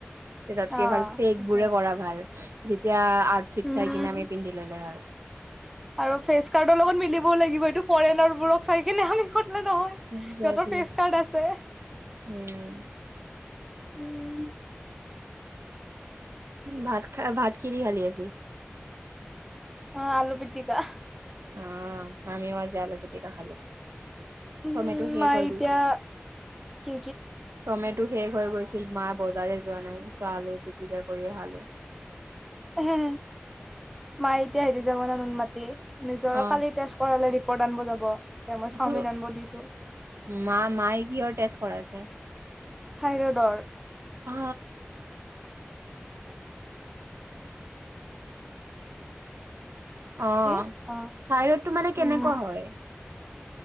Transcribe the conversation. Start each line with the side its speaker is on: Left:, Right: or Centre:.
Right: তে তাতকে
Centre: অ
Right: ভাল ফেক
Centre: সেইটোৱে
Right: বোৰে কৰা ভাল যেতিয়া আউটফিট
Centre: উম
Right: চাই কিনে আমি পিন্ধি ললে হল
Centre: আৰু ফেচ কাৰ্ডৰ লগত মিলিবও লাগিব এইটো ফৰেনাৰবোৰক চাই কিনে আমি নহয়
Right: একজেক্টলি।
Centre: সিহঁতৰ পেচ কাৰ্ড আছে
Right: উম
Centre: উম।
Right: ভাত খা ভাত কি খালি আজি
Centre: অ আলু পিটিকা
Right: অ আমিও আজি আলু পিটিকা খালোঁ।
Centre: উম
Right: টমেটো শেষ
Centre: মায়ে
Right: হৈ
Centre: এতিয়া
Right: গৈছে
Centre: কি
Right: টমে টো শেষ হৈ গৈছিল মায় বজাৰে যোৱা নাই চালো পিটিকা কৰি খালো
Centre: হে মায়ে এতিয়া হেৰি যাব ন নুন মাতি নিজৰ
Right: অ
Centre: কালি তেজ কৰালে দি প্ৰদান বজাব এয়া মই চাওমিন
Right: তোৰ
Centre: আনব দিছো।
Right: মা মায়ে কিহৰ টেষ্ট কৰাইছে?
Centre: থাইৰইডৰ
Right: অ অ
Centre: কি অ
Right: শাইৰতটো মানে কেনেকুৱা
Centre: উম
Right: হয়।